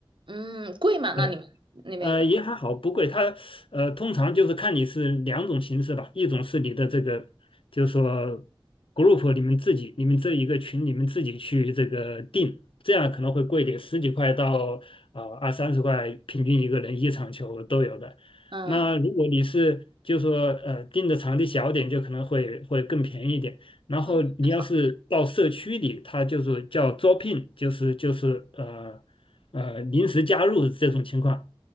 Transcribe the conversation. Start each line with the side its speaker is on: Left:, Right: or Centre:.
Right: 嗯，贵吗？那你们那边一般？
Left: 对呃，也还好，不贵。它呃，通常就是看你是两种形式吧，一种是你的这个，就是说 group 你们自己，你们这一个群你们自己去这个定，这样可能会贵一点，十几块到啊二三十块，平均一个人一场球都有的。
Right: 嗯，
Left: 那如果你是就说呃定的场地小点，就可能会会更便宜一点。然后你要是到社区里，
Right: 哦还好。
Left: 它就是叫招聘，就是就是呃呃临时加入这种情况。